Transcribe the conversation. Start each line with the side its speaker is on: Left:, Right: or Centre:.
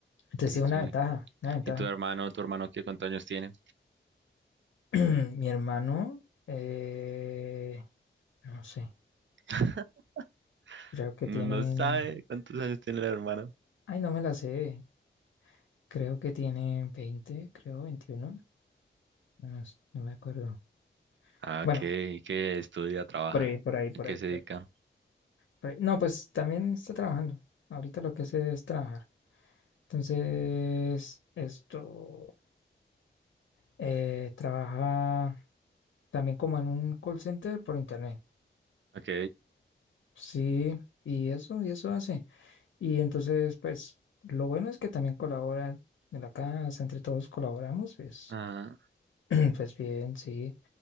Left: Entonces
Right: qué
Left: sí,
Right: chimba.
Left: una ventaja, una ventaja.
Right: ¿Y tu hermano, tu hermano qué cuántos años tiene?
Left: <clears throat> Mi hermano, eh, no sé,
Right: <laughs>
Left: creo que
Right: No
Left: tiene,
Right: no sabe cuántos años tiene el hermano.
Left: ay, no me la sé, creo que tiene 20, creo 21, no, s- no me acuerdo.
Right: Ah,
Left: Bueno,
Right: ok. ¿Y qué estudia, trabaja?
Left: por ahí, por ahí, por
Right: ¿A qué
Left: ahí,
Right: se
Left: por
Right: dedica?
Left: ahí, por ahí. No, pues también está trabajando. Ahorita lo que hace es trabajar. Entonces, esto eh, trabaja también como en un call center por internet.
Right: Ok.
Left: Sí, y eso, y eso hace. Y entonces, pues, lo bueno es que también colabora en la casa, entre todos colaboramos, pues,
Right: Ah,
Left: <clears throat> pues bien, sí.